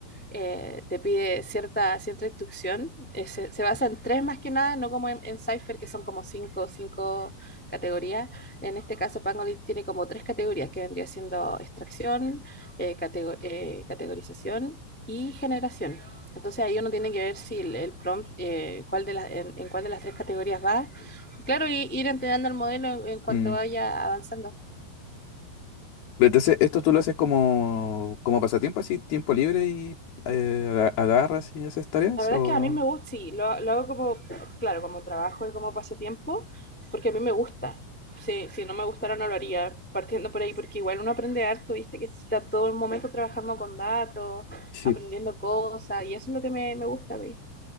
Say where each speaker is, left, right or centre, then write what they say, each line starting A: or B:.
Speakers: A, in the centre; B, on the left (about 65°).
A: eh, te pide cierta, cierta instrucción, eh, se, se basa en tres más que nada, no como en, en Cypher, que son como cinco, cinco categorías en este caso, Pangolin tiene como tres categorías que vendría siendo extracción, eh, catego- eh, categorización y generación. Entonces ahí uno tiene que ver si el, el prompt, eh, cuál de las, en, en cuál de las tres categorías va. Claro, y ir entrenando el modelo en, en cuanto
B: Mm,
A: vaya avanzando.
B: pero Entonces, esto tú lo haces como, como pasatiempo, así, tiempo libre y eh, aga- agarras y haces tareas,
A: La verdad
B: o...
A: es que a mí me gusta, sí, lo, lo hago como, claro, como trabajo y como pasatiempo, porque a mí me gusta. Si, si no me gustara no lo haría, partiendo por ahí, porque igual uno aprende harto, viste, que está todo el momento trabajando con datos,
B: Sí,
A: aprendiendo cosas, y eso es lo que me, me gusta a mí.